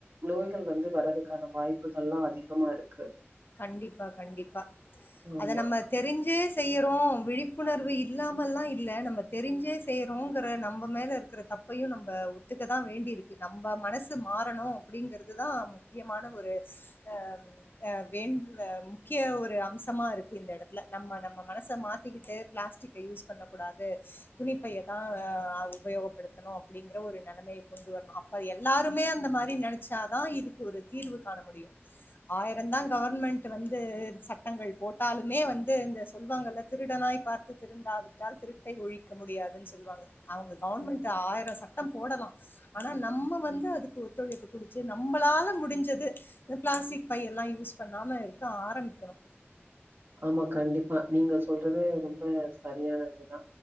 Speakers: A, on the right (about 55°); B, on the left (about 50°).
A: நோய்கள் வந்து வரதுக்கான வாய்ப்புகள்லா அதிகமா இருக்கு
B: கண்டிப்பா கண்டிப்பா
A: ஆமா
B: அத நம்ம தெ ரிஞ்சே செய்யறோ விழிப்புணர்வு இல்லாமல்லா இல்ல நம்ம தெரிஞ்சே செய்யறோங்கற நம்ம மேல இருக்கற தப்பையு நம்ம ஒத்துக்கதா வேண்டி இருக்கு நம்ப மனசு மாறணு அப்டிங்கறதுதா முக்கியமான ஒரு அ அ வேண்ட முக்கிய ஒரு அம்சமா இருக்கு இந்த இடத்துல நம்ம நம்ம மனச மாத்திக்குட்டு ப்ளாஸ்டிக் யூஸ் பண்ணக்கூடாது துணிப்பையதா உபயோகப்படுத்தணு அப்டிங்கற ஒரு நலமைய கொண்டு வர்ணு அப்ப எல்லாருமே அந்த மாரி நெனைச்சாதா இதுக்கு ஒரு தீர்வு காண முடியு
A: பிளாக்
B: ஆயிரதா கவுர்மெண்டு வந்து சட்டங்கள் போட்டாலுமே வந்து இந்த சொல்வாங்கள்ல திருடனாய் பார்த்து திருந்தாது தால் திருட்டை ஒழிக்க முடியாதுன் சொல்லுவாங்க அவங்க கவுர்மெண்ட ஆயிரோ சட்டோ போடலா ஆனா நம்ம வந்து அதுக்கு ஒத்துழைப்பு குடிச்சு நம்மளால முடிஞ்சது இந்த பிளாஸ்டிக் பையலா யூஸ் பண்ணாம இருக்க ஆரம்பிக்கணு
A: ஆமா கண்டிப்பா நீங்க சொல்றது ரொம்ப சரியானதுதா